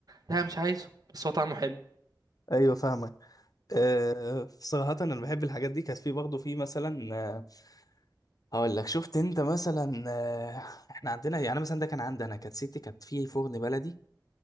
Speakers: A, on the right (about 60°); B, on the left (about 55°).
A: لا مش عايزه بس هو طعمه حلو
B: ايوه فاهمك أه صراحة انا بحب الحاجات دي كانت في برضه في مثلا آه، هقول لك شفت انت مثلا آه، احنا عندنا يعني مثلا ده كان عندي انا كانت ستي كانت في فرن بلدي